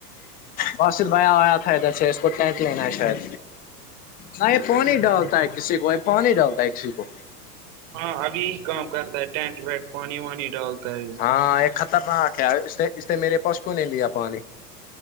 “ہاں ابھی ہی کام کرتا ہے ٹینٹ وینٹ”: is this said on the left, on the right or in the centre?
Right